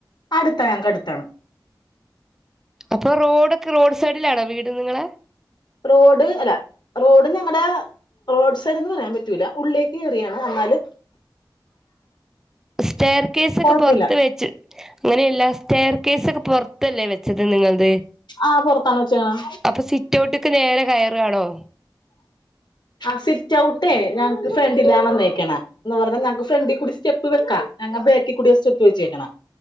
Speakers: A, on the left (about 50°); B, in the centre.
A: അടുത്താ, ഞങ്ങക്ക് അടുത്താണ്.
B: അപ്പൊ റോഡ്ക്കെ റോഡ് സൈഡിലാണോ വീട് നിങ്ങളെ
A: റോഡ് അല്ല റോഡ് ഞങ്ങളടെ റോഡ് സൈഡ് എന്ന് പറയാൻ പറ്റൂല്ല. ഉള്ളിലേക്ക് കയറിയാണ് എന്നാലും
B: സ്റ്റെയർ കേസ് ഒക്കെ
A: കൊഴപ്പില്ല
B: പുറത്ത് വെച്ച് അങ്ങനെയല്ല സ്റ്റെയർ കേസ് ഒക്കെ പൊറത്തല്ലേ വെച്ചത് നിങ്ങളത്
A: ആ പുറത്താണ് വെച്ചേക്കണെ
B: അപ്പൊ സിറ്റോട്ടക്ക് നേരെ കയറയാണോ?.
A: ആ സിറ്റ് ഔട്ടേ ഞങ്ങക്ക് ഫ്രണ്ടില്ലാ വന്നേക്കണ എന്ന് പറഞ്ഞാ ഞങ്ങക്ക് ഫ്രണ്ടിൽ കൂടി സ്റ്റെപ്പ് വെക്കാം. ഞങ്ങ ബാക്കി കൂടി സ്റ്റെപ്പ് വെച്ചേക്കണ